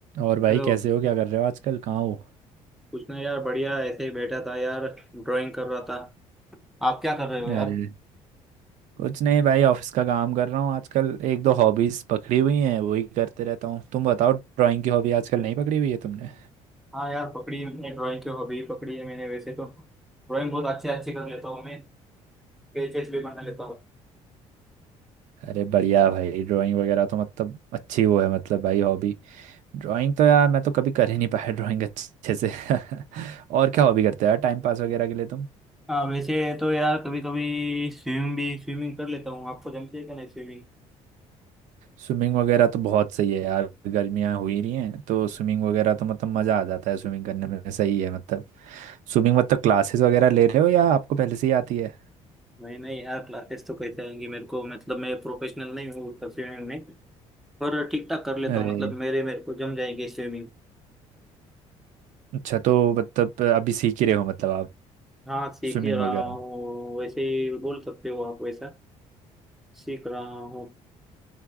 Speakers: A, on the right; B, in the centre.
A: और भाई
B: Hello
A: कैसे हो क्या कर रहे हो आजकल कहाँ हो
B: कुछ ना यार बढ़िया ऐसे ही बैठा था यार ड्राइंग कर रहा था आप क्या कर रहे हो यार
A: अरे कुछ नहीं भाई ऑफिस का काम कर रहा हूँ आजकल एक दो हॉबीज पकड़ी हुई हैं वही करते रहता हूँ तुम बताओ ड्राइंग की हॉबी आजकल नहीं पकड़ी हुई है तुमने
B: हाँ यार पकड़ी है मैंने ड्राइंग की हॉबी पकड़ी है मैंने वैसे तो ड्राइंग बहुत अच्छे अच्छे कर लेता हूँ मैं पेजेस भी बना लेता हूँ
A: अरे बढ़िया भाई ड्राइंग वगैरह तो मतलब अच्छी वो है मतलब भाई हॉबी ड्राइंग तो यार मैं तो कभी कर ही नहीं पाया ड्राइंग अच्छे से <laughs> और क्या हॉबी करते हो यार टाइम पास वगैरह के लिए तुम
B: हाँ वैसे तो यार कभी कभी स्विमिंग भी स्विमिंग कर लेता हूँ आपको जमती है क्या नहीं स्विमिंग
A: स्विमिंग वगैरह तो बहुत सही है यार गर्मियाँ हो ही रही हैं तो स्विमिंग वगैरह तो मतलब मज़ा आ जाता है स्विमिंग करने में सही है मतलब स्विमिंग मतलब क्लासेस वगैरह ले रहे हो या आपको पहले से ही आती है
B: नहीं नहीं यार क्लासेस तो कैसे आएंगी मेरे को मतलब मैं प्रोफेशनल नहीं हूँ उतना स्विमिंग में पर ठीक ठाक कर लेता
A: अरे
B: हूँ मतलब मेरे मेरे को जम जाएगी स्विमिंग
A: अच्छा तो मतलब अभी सीख ही रहे हो मतलब आप
B: हाँ सीख
A: स्विमिंग
B: ही रहा
A: वगैरह
B: हूँ वैसे ही बोल सकते हो आप वैसा सीख रहा हूँ